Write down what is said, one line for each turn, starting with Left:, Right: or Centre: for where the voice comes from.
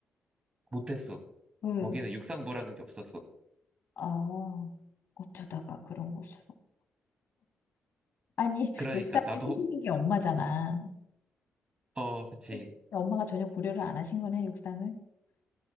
Right: 못했어.
Left: 왜?
Right: 거기는 육상부라는 게 없었어.
Left: 아, 어쩌다가 그런 곳으로. 아니,
Right: 그러니까
Left: <laughs> 육상을
Right: 나도,
Left: 시키신 게 엄마잖아.
Right: 어, 그치.
Left: 근데 엄마가 전혀 고려를 안 하신 거네, 육상을.